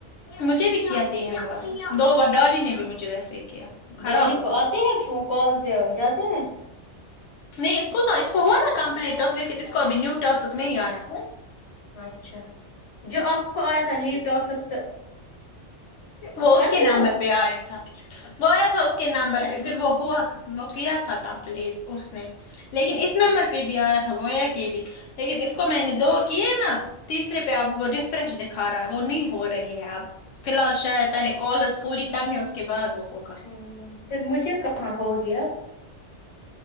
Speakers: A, on the left; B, on the left.
A: مجھے بھی کیا تین بار دو بار ڈالی نے بھی مجھے ویسے ہی کیا وہ
B: ڈالی
A: خراب ہو
B: کو
A: گئی
B: اتے ہیں فوں کل سے ہو ج اتے
A: نہیں اس کو اس کو ہوا نا کمپلیٹ ٹسک لیکن اس کو ابھی نیو ٹرسک نہیں آیا
B: اچھا جو آپ کو آیا تھا نیو
A: <inaudible>
B: ٹاسک آپ
A: وہ
B: کرتی
A: اس کے نمبر
B: ہو وہ
A: پہ آیا تھا وہ آیا تھا اس کے نمبر پہ پھر وہ ہوا وہ کیا تھا کمپلیٹ اس نے
B: اچھا
A: لیکن اس نمبر پہ بھی آیا تھا وہ کہ بھی لیکن اس کو میں نے دو کیے نا تیسرے پہ اب وہ ریفریش دکھا رہا ہے وہ ن ہو رہے ہیں اب فی الحال شاید پہلے کالز پوری کرنے اس کے بعد وہ ہوگا
B: ہمم پھر مجھے کہاں ہوگی اب